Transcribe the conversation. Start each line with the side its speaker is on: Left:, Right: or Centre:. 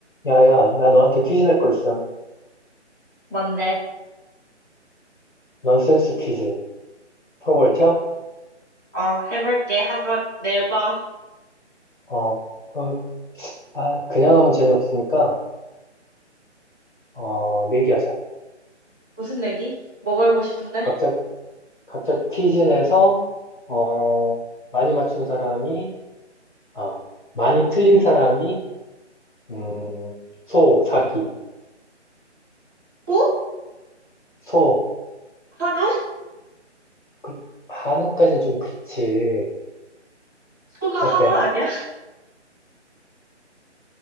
Left: 야야, 나 너한테 퀴즈 낼 거 있음.
Right: 뭔데?
Left: 넌센스 퀴즈. 풀어볼 티야?
Right: 어, 해볼게. 한번 내봐.
Left: 어, 그, 아, 그냥 하면 재미없으니까, 어, 내기하자.
Right: 무슨 내기? 뭐 걸고 싶은데?
Left: 각자, 각자 퀴즈 내서, 어, 많이 맞춘 사람이, 아, 많이 틀린 사람이, 음, 소, 사기.
Right: 소?
Left: 소,
Right: 한우?
Left: 그, 한우까진 좀 그렇지.
Right: 소가
Left: 어때?
Right: 한우 아니야? <laughs>